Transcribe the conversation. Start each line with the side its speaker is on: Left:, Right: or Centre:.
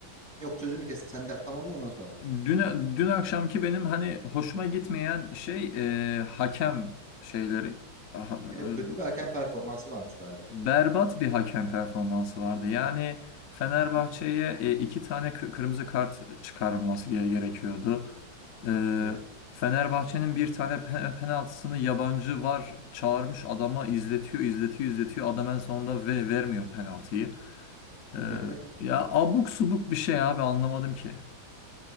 Centre: Yok sözünü kestim. Sen de tamamla ondan sonra.
Left: Dün, dün akşamki benim hani hoşuma gitmeyen şey e, hakem şeyleri Ha-
Centre: Evet
Left: e,
Centre: kötü bir hakem performansı varmış galiba.
Left: berbat bir hakem performansı vardı. Yani Fenerbahçe'ye
Centre: Hı hı.
Left: e, iki tane kı- kırmızı kart çıkarılması gere- gerekiyordu. E,
Centre: Evet.
Left: Fenerbahçe'nin bir tane pe- penaltısını yabancı var çağırmış adama izletiyor izletiyor izletiyor adam en sonunda ve vermiyor penaltıyı. E,
Centre: <laughs>
Left: ya abuk subuk bir şey abi anlamadım ki.